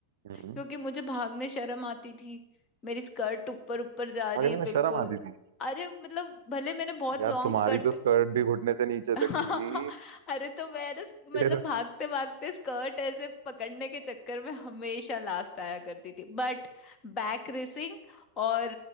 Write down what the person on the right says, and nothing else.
हम्म
भागने
में
शर्म आती थी
यार
तुम्हारी
तो स्कर्ट भी घुटने से नीचे
तक की थी
फिर